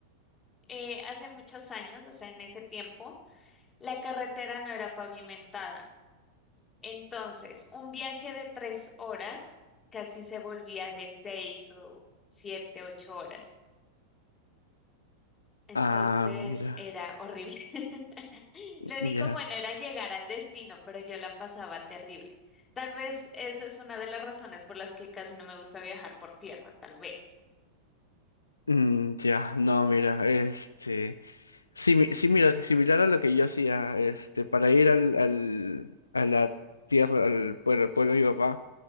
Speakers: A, on the left; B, on the left.
A: eh, hace muchos años, o sea, en ese tiempo, la carretera no era pavimentada. Entonces, un viaje de tres horas casi se volvía de seis o siete, ocho horas. Entonces
B: Ah, mira,
A: era horrible. <laughs> Lo único
B: ya.
A: bueno era llegar al destino, pero yo la pasaba terrible. Tal vez esa es una de las razones por las que casi no me gusta viajar por tierra, tal vez.
B: Mm, ya, no, mira, este, sí, mi- sí, mira, similar a lo que yo hacía, este, para ir al, al, a la tierra, al pueblo, al pueblo de mi papá